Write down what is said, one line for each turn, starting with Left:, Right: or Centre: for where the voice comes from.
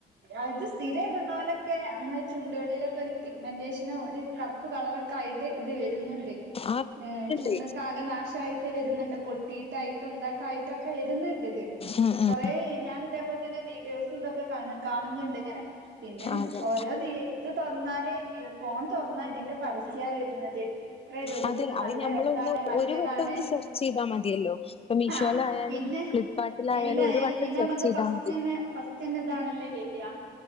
Right: അത് സ്- സ്ഥിരം ഇടുന്നലൊക്കെ നമ്മെ- ചുണ്ടുക്കള്ളിയിലൊക്കെ ഒരു പിഗ്മെന്റേഷനും, ഒരു ക- രുപ്പ് കളറൊക്കെ ആയിട്ട് ഇത്- വരുന്നുണ്ട്
Left: ആ വരുന്നുണ്ട്
Right: ഉം ചുണ്ടൊക്കെ ആകെ നാശമായിട്ട് വരുന്നുണ്ട്. പൊട്ടിയിട്ടായിട്ടും, തെക്കൊയിട്ടൊക്കെ വരുന്നുണ്ട് ഇത്,
Left: ഉം ഉം
Right: കൊറ ഞാന ഇതേപോലെ, ന്നെ വീഡിയോസ് ഇതൊക്കെ- കാണുന്നുണ്ട് ഇങ്ങനെ പിന്നെ
Left: അതെ
Right: ഓരോ തി- ഇത് തുറന്നാല് വി, ഫോൺ തുറന്നാ ഇതിന്റെ പരസ്യ വരുന്നത്. ഇത്ര രൂപക്ക്
Left: അതെ
Right: ഇത്
Left: അത്
Right: നല്ല
Left: ഞമ്മളൊന്ന്
Right: രസമാണ്, മറ്റേതാണ്
Left: ഒരു വട്ടം ഒന്ന് സെർച്ച് ചെയ്താ മതിയല്ലോ. ഇപ്പൊ മീഷോയിലായാലും
Right: ആഹാ പിന്നെ
Left: ഫ്ലിപ്കാർട്ടിലായാലും
Right: എയിആയാല്
Left: ഒരു വട്ടം
Right: പിന്നെ
Left: സെർച്ച്
Right: നമുക്ക്,
Left: ചെയ്താ
Right: ഫസ്റ്റ്ന്നെ
Left: മതി.
Right: ഫസ്റ്റ്ന്നെതാണല്ലേ വേര.